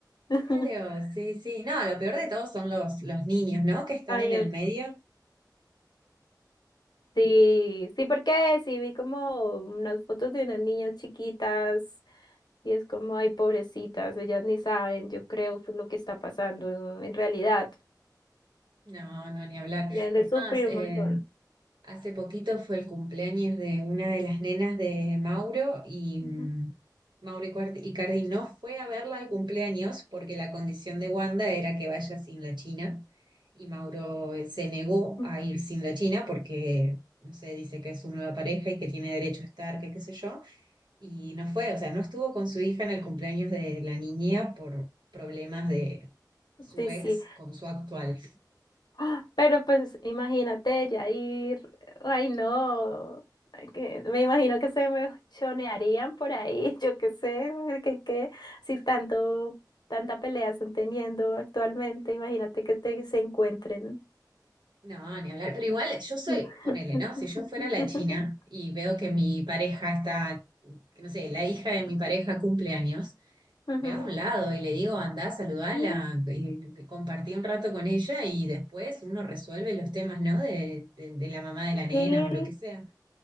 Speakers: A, on the left; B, on the right.
A: <laughs>
B: Claro, sí, sí. No, lo peor de todo son los, los niños, ¿no? Que están
A: Ay,
B: en el
A: oye.
B: medio.
A: Sí, sí, porque sí vi como unas fotos de unas niñas chiquitas y es como, ay, pobrecitas, ellas ni saben, yo creo que lo que está pasando en realidad.
B: No, no, ni hablar.
A: Deben de
B: Es
A: sufrir
B: más, eh,
A: un montón.
B: hace poquito fue el cumpleaños de una de las nenas de Mauro y,
A: Ujú.
B: mm, Mauro Icardi Icardi no fue a verla al cumpleaños porque la condición de Wanda era que vaya sin la China y Mauro eh, se negó
A: <laughs>
B: a ir sin la China porque, no sé, dice que es su nueva pareja y que tiene derecho a estar, que qué sé yo, y no fue, o sea, no estuvo con su hija en el cumpleaños de la niña por problemas de su
A: Sí,
B: ex
A: sí.
B: con su actual.
A: ¡Ah! Pero pues imagínate ya ir, ay no, Ay, que- me imagino que se me chonearían por ahí, <laughs> yo qué sé, porque qué, si tanto, tanta pelea están teniendo actualmente, imagínate que te, se encuentren.
B: No, ni hablar, pero igual yo soy,
A: <laughs>
B: ponele, ¿no? Si yo fuera la China y veo que mi pareja está, que no sé, la hija de mi pareja cumpleaños
A: Ujú.
B: me hago a un lado y le digo, andá, saludala,
A: Sí,
B: y compartí un rato con ella y después uno resuelve los temas, ¿no? De, de, de la mamá de la nena
A: sí.
B: o lo que sea.